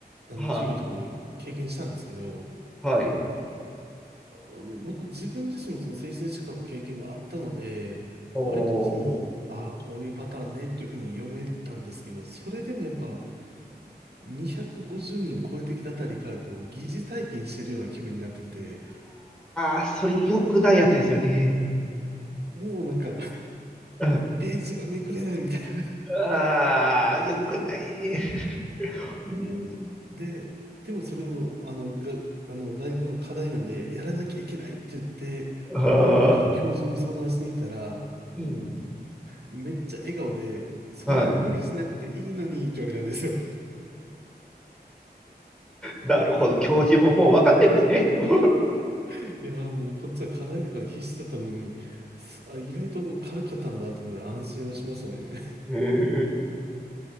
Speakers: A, on the right; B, in the centre.
A: あの、
B: は
A: 授業とかも経験したんですけど、
B: あ、はい。
A: あ僕自分自身もその精神疾患の経験があったので、
B: おー。
A: 割とその、ああ、こういうパターンねっていうふうに読めたんですけど、それでもやっぱ250人超えてきたあたりからこう疑似体験してるような気分になってきて、
B: ああ、それ良くないやつですよね。
A: もうなんか
B: うん
A: ページがめくれないみたいな
B: ああ、良くない。うん、
A: で、でもそれを、あの、が、あの、大学の課題なんで、やらなきゃいけないって言って、
B: ああ、
A: あの、教授に相談しに行ったら、
B: うん。
A: めっちゃ笑顔で、そんな無理しなくていいのにって言われたんですよ。
B: はい。なるほど。教授ももう分かってるんですね。もう
A: <laughs> いやー、もうこっちは課題だから必死だったのに、すあ、意外と軽かったんだっていうので安心をしましたね。<laughs>
B: <laughs> へえ